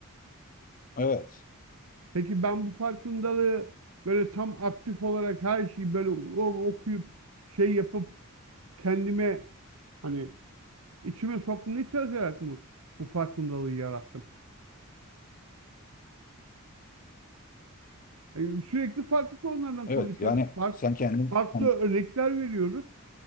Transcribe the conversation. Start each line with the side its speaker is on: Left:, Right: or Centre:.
Left: Evet.
Right: Peki ben bu farkındalığı böyle tam aktif olarak her şeyi böyle o- okuyup şey yapıp kendime hani içime soktum ne kadar yarat mı bu farkındalığı yarattım? Yani sürekli farklı konulardan
Left: Evet
Right: konuşuyoruz.
Left: yani
Right: Fark,
Left: sen kendin
Right: farklı
Left: sen
Right: örnekler veriyoruz.